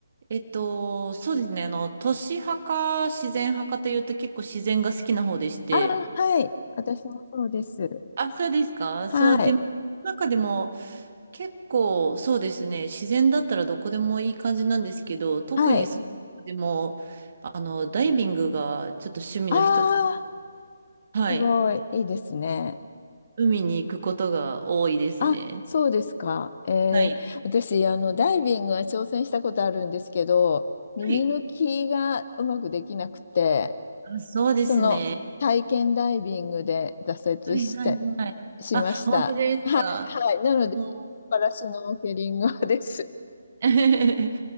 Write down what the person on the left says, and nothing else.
あ、はい。私もそうです。
はい。
はい。
ああ、
すごい。いいですね。
あ、そうですか。えー私、
あの、ダイビングは挑戦したことあるんですけど、耳抜きがうまくできなくて、
その体験ダイビングで挫折して、
しました。
はい。なので、
パラシュノーケリングはです。